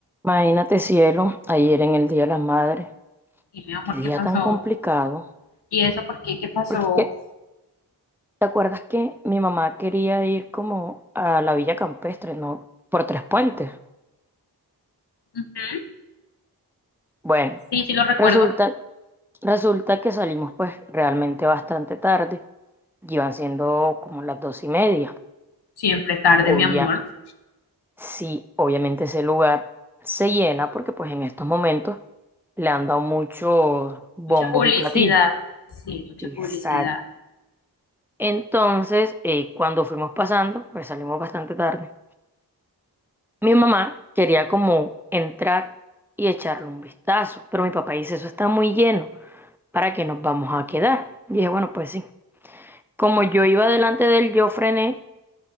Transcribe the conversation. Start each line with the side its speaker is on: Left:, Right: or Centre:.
Centre: Imagínate, cielo, ayer en el Día de las Madres,
Left: Y mi amor,
Centre: qué día
Left: ¿qué pasó?
Centre: tan complicado.
Left: ¿Y eso por qué? ¿Qué pasó?
Centre: Porque es que, ¿te acuerdas que mi mamá quería ir como a la Villa Campestre, ¿no? Por Tres Puentes.
Left: Ujú.
Centre: Bueno,
Left: Sí, sí lo recuerdo.
Centre: resulta, resulta que salimos pues realmente bastante tarde. Iban siendo como las dos y media.
Left: Siempre tarde,
Centre: Obvia,
Left: mi amor.
Centre: sí, obviamente ese lugar se llena porque pues en estos momentos le han dado muchos bombos
Left: Mucha publicidad.
Centre: y platillos.
Left: Sí, mucha
Centre: Exacto.
Left: publicidad.
Centre: Entonces, eh, cuando fuimos pasando, pues salimos bastante tarde. Mi mamá quería como entrar y echarle un vistazo, pero mi papá dice, eso está muy lleno, ¿para qué nos vamos a quedar? Y dije, bueno, pues sí. Como yo iba delante de él, yo frené